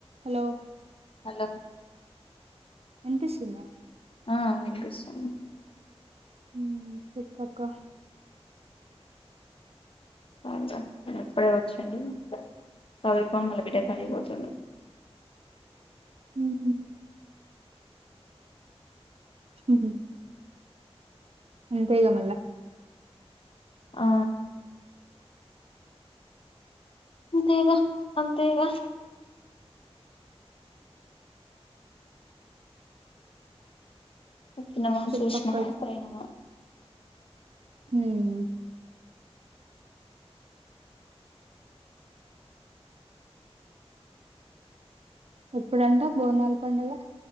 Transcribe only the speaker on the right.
hello
వినిపిస్తుందా
హుం చెప్పు అక్క
ఊహూ ఊహూ అంతేగా మళ్ళ
చుట్టుపక్కల
హ్మ్ ఎప్పుడంట బోనాల పండుగ